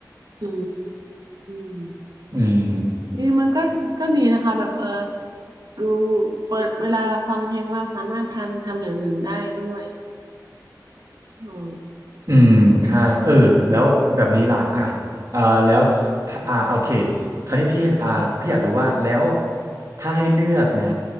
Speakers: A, on the right; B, on the right.
A: อืม
B: อืม
A: ดีมันก็ก็ดีนะคะแบบเออดูเปิดเวลาฟังเพลงเราสามารถทำทำอย่างอื่นได้ด้วยอ๋อ
B: อืมใช่เออแล้วแบบนี้ล่ะอ่ะอ่าแล้วอ่าโอเคคราวนี้พี่อ่าพี่อยากรู้ว่าแล้วถ้าให้เลือกนะ